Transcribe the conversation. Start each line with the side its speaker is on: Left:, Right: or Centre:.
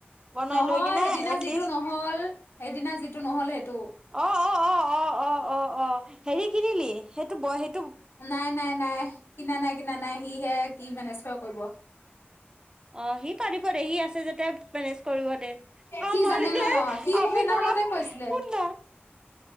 Right: বনাই
Left: নহয়
Right: লৈ কিনে
Left: সেইদিনা
Right: এটলিষ্ট
Left: যি যিটো নহ'ল সেইদিনা যিটো নহ'ল সেইটো
Right: অ অ অ অ অ অ হেৰি কিনিলি সেইটো বয় সটো
Left: নাই নাই নাই কিনা নাই কিনা নাই সিহে কি মেনেজ কৰে কৰিব
Right: অ সি পাৰিব দে সি যাতে ৰেষ্ট কৰিব দে আমাৰ
Left: সি জানে
Right: হে
Left: ন সি
Right: আমি
Left: মোক সেইদিনাখনতে
Right: কৰা
Left: কৈছিলে
Right: সোন না